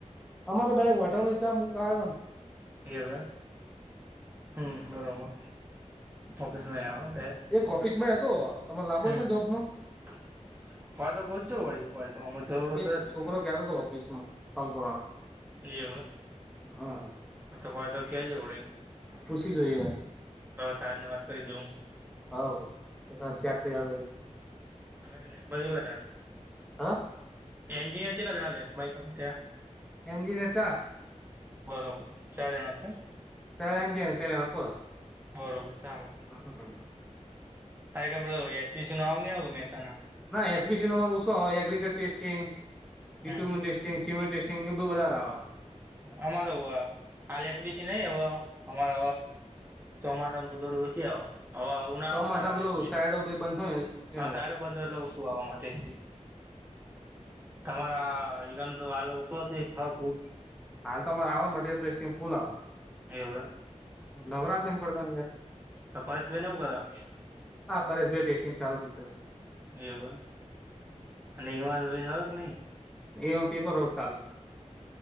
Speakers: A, in the centre; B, on the right.
A: અમા તો ડાયક વોટર ને ચા <unintelligible> આવ્યા ને
B: એવું એમ હમ બરોબર ઓફીસમાં આવો એમ ડાયરેક્ટ.
A: એક ઓફિસ ભાઈ હતો તમે લાભો કે જોબમાં
B: હોય તો ગજજો વળી હોય તો અમ જરૂર
A: એક
B: છે જ.
A: છોકરો કતો હતો <unintelligible>
B: લવ
A: હા
B: તો હોય તો ક્યાં જવડે
A: પૂછી જોઈએ.
B: સાહેબ ને વાત કરી જોઉં
A: હા તો‌ <unintelligible> જારડી
B: આ બાજુ લૅબ બાજુ લગાડ
A: હા
B: <unintelligible> ચલા જના લે્યા
A: <unintelligible> ચાર
B: બરોબર ચાર જણા છે.
A: સરાર અંજન છેાર અળપ <unintelligible>
B: બરોબર ચાલો.
A: હા હા.
B: તાય ક <unintelligible> એસ પી શ નું મહેસાણા
A: ના એસબીસીનુ મારું ઓછું આવે એગ્ર ટેસ્ટિંગસ્ટ
B: હમ
A: <unintelligible> ટિસ્સિબલ ટૅસ્ટિગ <unintelligible> બ વધારે આવે.
B: અમા તો આલ એસ બીસીી નહી અમા ચોમાસામાં ત તું જોડી બસી આ હવે ઉ ના
A: ચોમાસામાં
B: વધારેા
A: પેલું
B: આવેય
A: સાઈડો બધી બંધ હોય ને ત્યાં
B: સાડ
A: સુધી
B: બંધ હોય એટલે શું આવવા માટે તમારા ઈગંદ આલો <unintelligible> શું
A: હાલ ત મારે આવે માટે મસ્ટિંગ ફુલ આવે
B: એવું એમ
A: નવરા જ નહીં પડતા ને યાર
B: કપાસ ભઈ ને હું કરા
A: આ પરેશ ભાઈ ટેસ્ટિંગ ચાલુ મૂકે
B: એવ <unintelligible> કે નહી
A: એ હું પેપર વર્ક ચાલુ